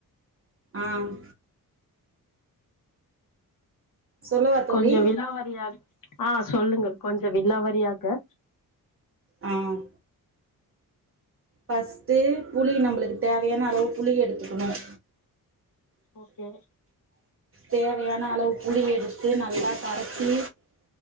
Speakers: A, on the right; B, on the left.
A: ஆஹம் சொல்லவா தோழி
B: கொஞ்சம் விளாவாரியாக ஆஹ் சொல்லுங்கள் கொஞ்சம் விளாவாரியாக
A: ஹம் பர்ஃஸ்ட்டு புளி நம்மளுக்கு தேவையான அளவு புளி எடுத்துக்கணும்
B: ஓகே
A: தேவையான அளவு புளி எடுத்து நல்லா கரைச்சி